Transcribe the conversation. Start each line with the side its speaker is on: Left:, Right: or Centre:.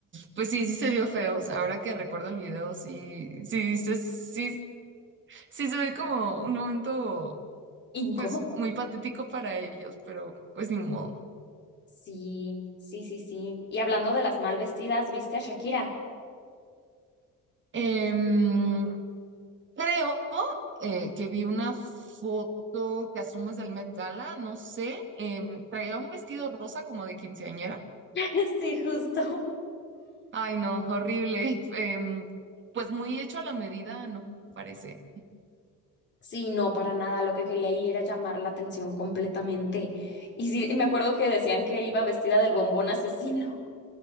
Right: Pues sí, sí se vio feo, o sea, ahora que recuerdo el video, sí, sí, se- sí, sí se ve como un momento,
Left: Incómodo.
Right: pues, muy patético para ellos, pero pues ni modo.
Left: Sí, sí, sí, sí. Y hablando de las mal vestidas, ¿viste a Shakira?
Right: Em, creo eh, que vi una foto que asumes del Met Gala, no sé, em, traía un vestido rosa como de quinceañera.
Left: <laughs> Sí, justo.
Right: Ay, no, horrible. <laughs> Em, pues muy hecho a la medida, no parece.
Left: Sí, no, para nada. Lo que quería ahí era llamar la atención completamente. Y sí, me acuerdo que decían que iba vestida del bombón asesino.